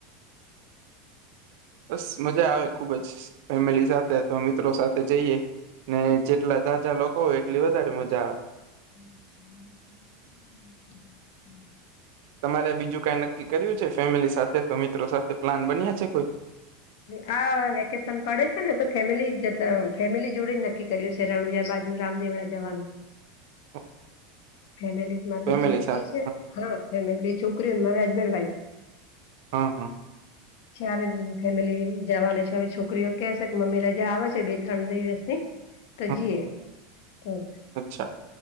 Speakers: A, on the right (about 65°); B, on the left (about 70°).
A: બસ મજા આવે ખુબ જ ફેમિલી સાથે. તો મિત્રો સાથે જઈએ ને જેટલા જાઝઝા લોકો હોય એટલી વધારે મજા આવે.
B: હ.
A: તમારે બીજું કઈ નક્કી કર્યું છે ફેમિલી સાથે તો મિત્રો સાથે પ્લાન બન્યા છે કોઈ.
B: હા વેકેશન પડે છે ને તો ફેમિલી જ ફેમિલી જોડે જ નક્કી કરીએ. શરણુયા બાજુ રામદેવડા જવાનું.
A: <inaudible>
B: ફેમિલી માર
A: ફેમિલી
B: બી છોકરીઓ
A: સાથે
B: છે હા. ફેમ બે છોકરીઓને મારા હસબન્ડ વાઇફ.
A: હા હા.
B: જ્યારે જ ફેમિલી જવાનું છે હવે છોકરીઓ કે છે કે મમ્મી રજા આવે છે બે ત્રણ દિવસની.
A: <inaudible>
B: તજીી એ હ.
A: અચ્છા